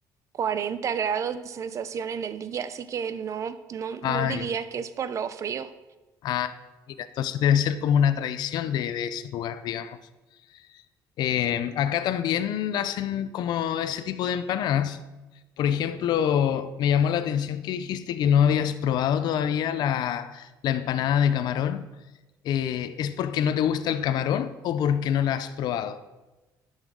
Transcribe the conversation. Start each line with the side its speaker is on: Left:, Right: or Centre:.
Right: 40 grados de sensación en el día, así que no, no,
Left: Ah,
Right: no diría
Left: ya.
Right: que es por lo frío.
Left: Ah, mira, entonces debe ser como una tradición de, de ese lugar, digamos. Eh, acá también hacen como ese tipo de empanadas. Por ejemplo, me llamó la atención que dijiste que no habías probado todavía la, la empanada de camarón. Eh, ¿es porque no te gusta el camarón o porque no la has probado?